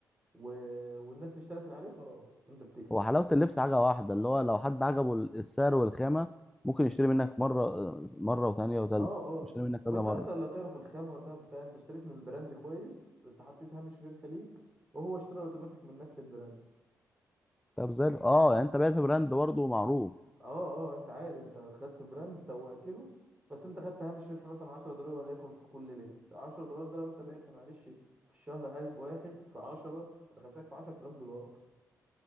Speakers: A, on the right; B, in the centre.
A: و... والناس اشترت من عليه خلاص انت بتكسب
B: هو حلاوه اللبس حاجه واحده اللي هو لو حد عجبه السعر والخامه ممكن يشتري منك مره مره وثانيه وثالثه
A: اه اه
B: يشتري منك كذا
A: وانت
B: مره
A: اصلا لا تعرف الخامه ولا تعرف بتاع انت اشتريت من براند كويس بس حطيت هامش ربح ليك وهو اشترى اوتوماتيك من نفس البراند
B: طب زي ال- اه يعني انت بعت براند برضه معروف
A: اه اه انت عادي انت خدت براند سوقت له بس انت خدت هامش ربح مثلا 10 دولار وليكن في كل لبس 10 دولار ده لو انت بعت معلش في الشهر 1000 واحد في 10 دخلتك في 10000 دولار